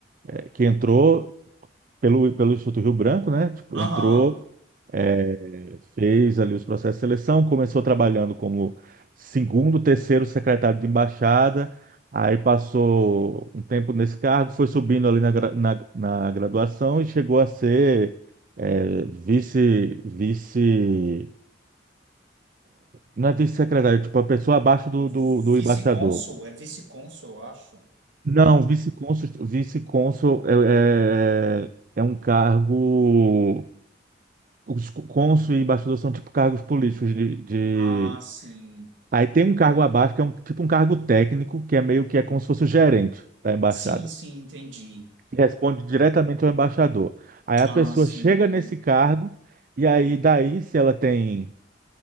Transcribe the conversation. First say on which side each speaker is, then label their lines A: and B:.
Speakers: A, on the right; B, on the right.
A: é, que entrou pelo, pelo Instituto Rio Branco, né? Tipo,
B: Aham.
A: entrou, é, fez ali os processos de seleção, começou trabalhando como segundo, terceiro secretário de embaixada, aí passou um tempo nesse cargo, foi subindo ali na, gra- na, na graduação e chegou a ser é, vice, vice, não é vice-secretário, tipo, a pessoa abaixo
B: É
A: do, do, do
B: Vice-cônsul,
A: embaixador.
B: é vice-cônsul, eu acho.
A: Não, vice-cônsul, vice-cônsul é, é, é um cargo os cô- cônsul e embaixador são tipo cargos políticos de, de-
B: Ah, sim.
A: Aí tem um cargo abaixo que é um, tipo um cargo técnico, que é meio que é como se fosse o gerente da embaixada.
B: Sim, sim, entendi.
A: que Responde diretamente ao embaixador. Aí a
B: Ah,
A: pessoa
B: sim.
A: chega nesse cargo e aí daí se ela tem